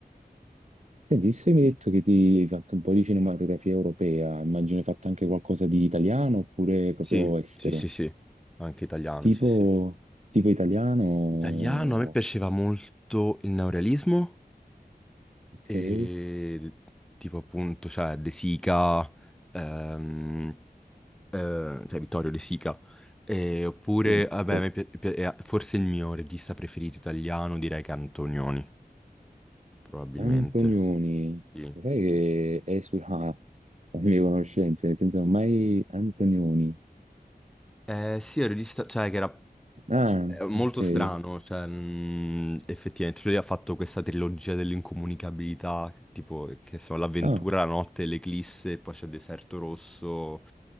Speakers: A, on the right; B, in the centre.
A: senti, visto che mi hai detto che ti hai fatto un po' di cinematografia europea, immagino hai fatto anche qualcosa di italiano oppure proprio
B: Sì,
A: estero,
B: sì, sì, sì. Anche italiano,
A: tipo,
B: sì, sì.
A: tipo italiano,
B: Italiano, a me piaceva molto il neorealismo.
A: ok?
B: E tipo appunto, cioè De Sica, ehm, eh, cioè Vittorio De Sica, E oppure,
A: Sì,
B: vabbè,
A: cioè,
B: a me pi- pi- eh, forse il mio regista preferito italiano direi che è Antonioni, probabilmente.
A: Antonioni,
B: Sì.
A: lo sai che è sulla le mie conoscenze, nel senso mai Antonioni.
B: Eh, sì, è un regista, cioè che era
A: Ah,
B: È molto
A: ok.
B: strano, cioè, mm, effettivamente, cioè, lui ha fatto questa trilogia dell'incomunicabilità, tipo, che sono l'avventura,
A: Ah,
B: la notte, l'eclisse, e poi c'è Deserto Rosso,